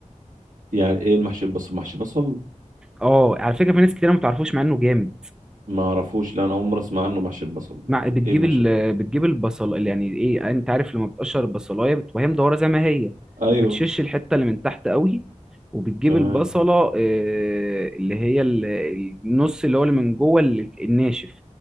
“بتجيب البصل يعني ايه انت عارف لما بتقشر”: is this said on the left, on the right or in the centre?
Centre